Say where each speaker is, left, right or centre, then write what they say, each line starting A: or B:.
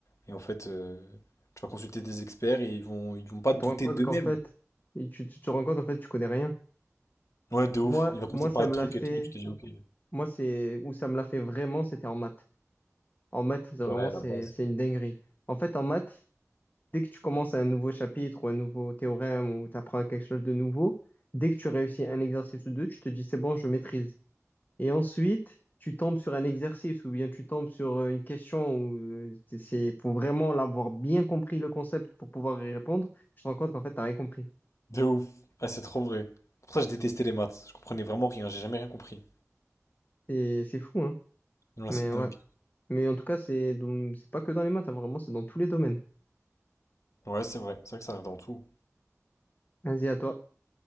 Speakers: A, on the left; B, on the left.
A: Et en fait, euh, tu vas consulter des experts et ils vont, ils vont pas
B: Tu
A: douter
B: te rends compte
A: d'eux-mêmes.
B: qu'en fait, et tu, tu te rends compte en fait, tu connais rien.
A: Ouais, de ouf.
B: Moi,
A: Il va commencer
B: moi,
A: à
B: ça
A: parler
B: me
A: de trucs
B: l'a fait.
A: et tout. Tu te dis, ok.
B: Moi, c'est où ça me l'a fait vraiment, c'était en maths. En maths, c'est vraiment,
A: Ouais,
B: c'est,
A: la base.
B: c'est une dinguerie. En fait, en maths, dès que tu commences un nouveau chapitre ou un nouveau théorème ou tu apprends quelque chose de nouveau, dès que tu réussis un exercice ou deux, tu te dis c'est bon, je maîtrise. Et ensuite, tu tombes sur un exercice ou bien tu tombes sur euh, une question où euh, c'est, c'est- faut vraiment l'avoir bien compris le concept pour pouvoir y répondre. Tu te rends compte qu'en fait, t'as rien compris.
A: De ouf. Ah, c'est trop vrai. Pour ça, je détestais les maths. Je comprenais vraiment rien. J'ai jamais rien compris.
B: C'est, c'est fou, hein?
A: Non, Là,
B: Mais
A: c'est dingue.
B: ouais. Mais en tout cas, c'est dans- c'est pas que dans les maths, hein, vraiment, c'est dans tous les domaines.
A: Ouais, c'est vrai. C'est vrai que ça arrive dans tout.
B: Vas-y, à toi.